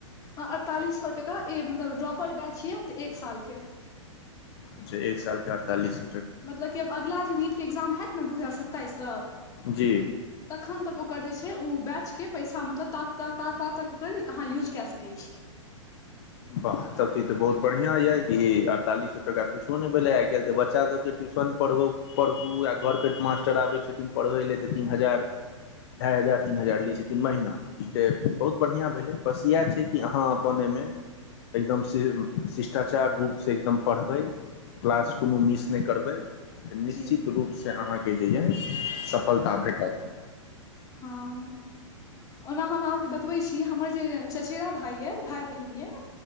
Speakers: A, on the left (about 20°); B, on the left (about 50°).
A: आ अड़तालीस सए टका ई मतलब ड्रॉपर बैच य तऽ एक सालके
B: अच्छा एक साल के अड़तालिस
A: मतलब कि आब अगिला जे नीटके एक्जाम हयैत ने दू हजार सत्ताइस तक
B: जी
A: तखन तक ओकर जे बेच के पइसा मतलब त त अ आ ओकर यूज के सकय छि।
B: वाह तब ती तऽ बहुत बढ़ियां यए कि अड़तालीसो टका कुछो नहि भेलै आइ काल्हि तऽ बच्चा सबके ट्यूशन पढ़ू आ घर पर मास्टर आबै छथिन पढ़ै लए तऽ तीन हजार ढ़ाइ हजार तीन हजार लैत छथिन महीना ई तऽ बहुत बढ़िआँ भेलै बस इएह छै, कि अहाँ अपन एहिमे एकदम शि शिष्टाचार रूपसँ एकदम पढ़बै क्लास कोनो मिस नहि करबै तऽ निश्चित
A: जी
B: रूपसँ अहाँकेँ जे यए सफलता भेटत
A: हँ, ओना हम अहाँके बतबै छी। हमर जे चचेरा भाई य भाय बहिन ये